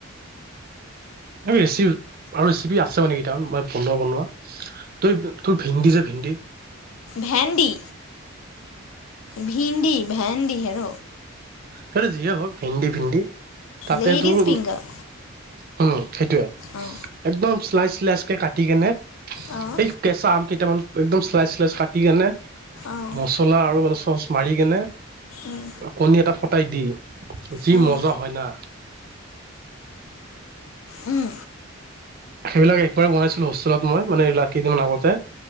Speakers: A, on the right; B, on the left.
A: ৰেচি আৰু ৰেচিপি আছে মানে কেইটা মই বনোৱা বনোৱা তই তোৰ ভিন্দি যে ভিন্দ
B: ভেন্দি ভিন্দি এ ভেন্দি হেৰ!
A: সেই যি এ হওঁক ভেন্দি ভিন্দি তাতে
B: লেডিজ
A: তোৰ,
B: ফিংগাৰ
A: হম্! সেইটোয়ে
B: অঁ
A: একদম চালাইচ চালাইচ কে কাটি কেনে
B: অঁ
A: এই কেঁচা আম কেইটামান, একদম চালাইছ চালাইছ কাটি কেনে,
B: অঁ
A: মছলা আৰু ম চচ মাৰি কেনে,
B: উম
A: কণী এটা ফ। টাই দি যি
B: অঁ
A: মজা হয় না।
B: উম।
A: সেইবিলাক একবাৰ বনাইছিলো হোষ্টেলত মই মানো ইলাদিনমান আগতে।